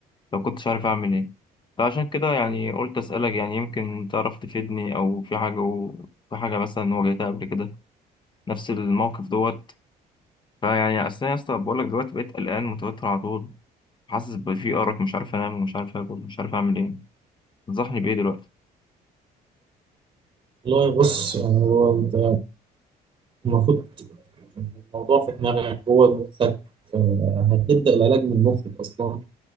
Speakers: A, on the left; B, on the right.
A: لو كنتش عارف أعمل إيه فعشان كده يعني قلت أسألك يعني يمكن تعرف تفيدني أو في حاجة و... في حاجة مثلا واجهتها قبل كده نفس الموقف دوت فيعني أصل أنا يا اسطى بقول لك دلوقتي بقيت قلقان متوتر على طول حاسس بفي أرق مش عارف أنام ومش عارف آكل ومش عارف أعمل إيه تنصحني بإيه دلوقتي؟
B: والله بص يعني هو انت المفروض الموضوع في دماغك هو مخك هتبدأ العلاج من مخك أصلا